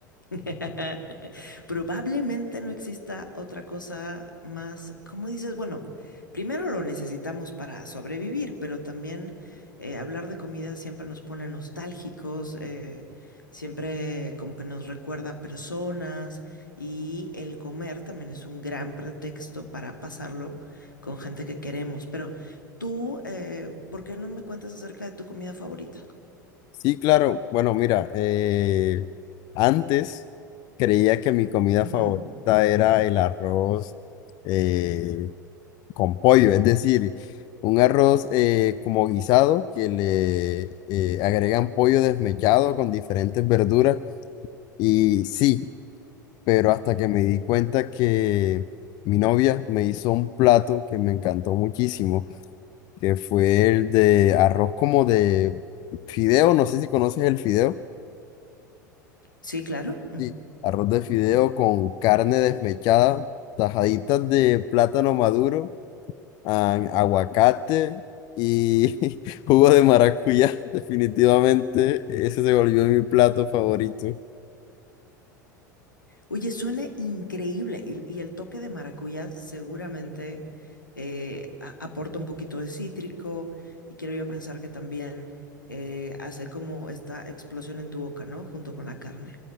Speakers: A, on the left; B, on the left.
A: <laughs> Probablemente no exista otra cosa más, como dices, bueno, primero lo necesitamos para sobrevivir, pero también eh, hablar de comida siempre nos pone nostálgicos, eh, siempre como que nos recuerda a personas y el comer también es un gran pretexto para pasarlo con gente que queremos. Pero tú, eh, ¿por qué no me cuentas acerca de tu comida favorita?
B: Sí, claro, bueno, mira, eh, antes creía que mi comida
A: Ujú.
B: favorita era el arroz eh, con pollo, es decir, un arroz eh, como guisado que le eh, agregan pollo desmechado con diferentes verduras. Y sí. pero hasta que me di cuenta que mi novia me hizo un plato que me encantó muchísimo, que fue el de arroz como de fideo, no sé si conoces el fideo,
A: Sí, claro.
B: sí, arroz de fideo con carne desmechada, tajaditas de plátano maduro, ah, aguacate y <laughs> jugo de maracuyá, <laughs> definitivamente ese se volvió mi plato favorito.
A: Oye, suena increíble y, y el toque de maracuyá seguramente eh, a- aporta un poquito de cítrico y quiero yo pensar que también eh, hace como esta explosión en tu boca, ¿no? Junto con la carne.